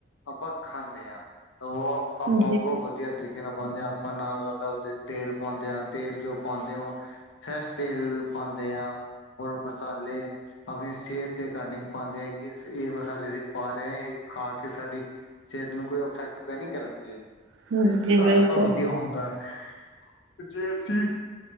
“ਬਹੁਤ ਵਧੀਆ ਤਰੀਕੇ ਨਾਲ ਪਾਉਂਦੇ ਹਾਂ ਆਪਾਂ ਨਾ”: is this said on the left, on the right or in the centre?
Left